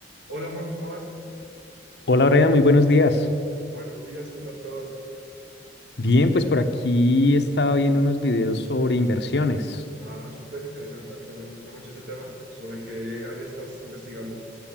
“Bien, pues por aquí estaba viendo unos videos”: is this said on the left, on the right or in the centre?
Left